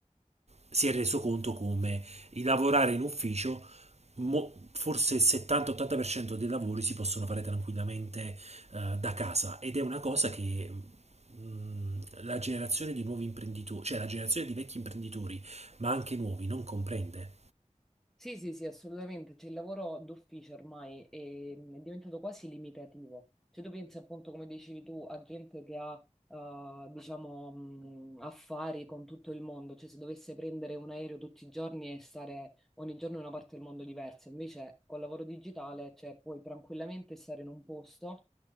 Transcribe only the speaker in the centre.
Sì, sì, sì, assolutamente. Cioè, il lavoro d'ufficio ormai è, è diventato quasi limitativo. Cioè, tu pensi appunto, come dicevi tu, a gente che ha, eh, diciamo, mh, affari con tutto il mondo. Cioè, se dovesse prendere un aereo tutti i giorni e stare ogni giorno in una parte del mondo diversa. Invece, col lavoro digitale, cioè, puoi tranquillamente stare in un posto